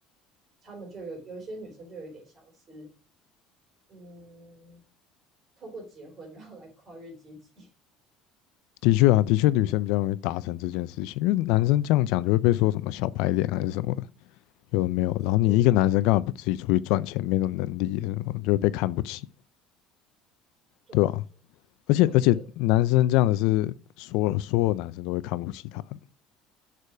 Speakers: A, on the right; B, on the left.
A: 他们就有有一些女生就有一点像是嗯，透过结婚然后来跨越阶级，
B: 的确啊，的确女生比较容易达成这件事情，因为男生这样讲就会被说什么小白脸还是什么，有的没有？
A: <laughs> 其是蛮
B: 然后你一个男生干嘛不自己出去赚钱？没有能力什么，就会被看不起，
A: 对啊，
B: 对吧？
A: 所以
B: 而且而且，
A: 所以我觉得
B: 男生这样的是所有所有男生都会看不起他的